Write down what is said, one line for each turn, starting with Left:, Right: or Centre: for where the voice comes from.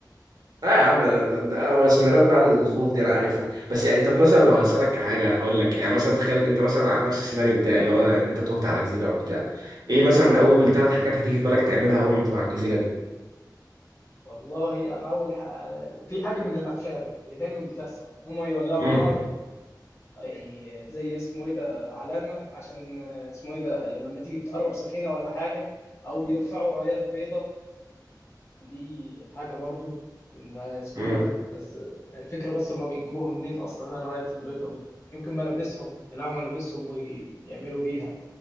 Right: اه يا عم ده, ده هو سيناريوهات بعد الخوف دي انا عارفها بس يعني طب مثلا لو
Left: آه.
Right: هسألك كحاجة هقول لك يعني مثلا تخيل انت مثلا على نفس السيناريو بتاعي اللي هو انت تهت على جزيرة او بتاع ايه مثلا اول ثلاث حاجات هتيجي في بالك تعملها اول ما تبقى على الجزيرة دي
Left: والله انا اول حق... في حاجه من الافلام اللي دايما بتحصل هم يولعوا
Right: مم.
Left: نار أي- زي اسمه ايه ده علامة عشان اسمه ايه ده لما تيجي تقرب سفينة ولا حاجة او يرفعوا رايات بيضة دي حاجة برضو ما اسمه
Right: مم.
Left: ايه ده بس الفكرة بس هما بيجيبوها منين اصلا الرايات البيضة دي يمكن ملابسهم يلاقوا ملابسهم ويعملوا بيها